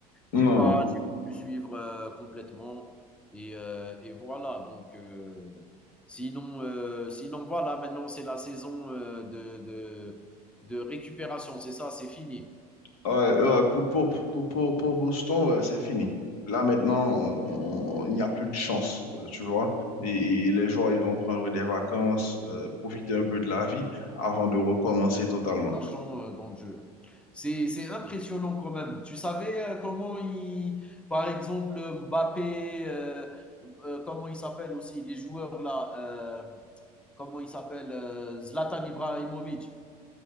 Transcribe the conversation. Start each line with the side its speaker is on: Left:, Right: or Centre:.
Centre: J'ai
Left: Non,
Centre: pas,
Left: non.
Centre: j'ai pas pu suivre euh, complètement et euh, et voilà. Donc euh, sinon euh, sinon voilà, maintenant c'est la saison euh, de de de récupération, c'est ça, c'est fini.
Left: Ouais, ouais, pour, pour, pour, pour, pour Boston, ouais, c'est fini. Là, maintenant, on- il n'y a plus de chance, euh, tu vois. Et, et les joueurs, ils vont prendre des vacances, euh, profiter un peu de la vie avant de recommencer totalement.
Centre: d'argent euh, dans le jeu. C'est, c'est impressionnant quand même. Tu savais euh, comment il, par exemple, Mbappé, euh, euh, comment il s'appelle aussi, les joueurs là, euh, comment il s'appelle, euh, Zlatan Ibrahimovic.